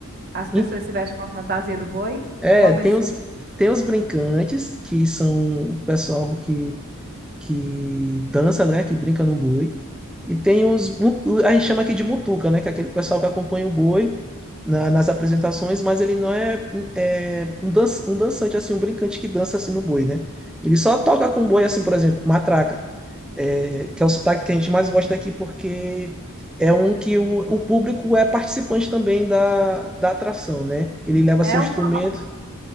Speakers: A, on the right (about 45°); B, in the centre.
A: As
B: E-
A: pessoas se vestem com a fantasia do boi,
B: É,
A: uma pessoa.
B: tem os, tem os brincantes, que são o pessoal que, que dança, né? Que brinca no boi. E tem os. mutu- A gente chama aqui de mutuca, né? Que é aquele pessoal que acompanha o boi na- nas apresentações, mas ele não é, é, um, dan- um dançante, assim, um brincante que dança assim no boi, né? Ele só toca com o boi, assim, por exemplo, matraca, é, que é o sotaque que a gente mais gosta aqui, porque é um que o, o público é participante também da, da atração, né? Ele leva
A: É
B: seu instrumento.
A: um forró,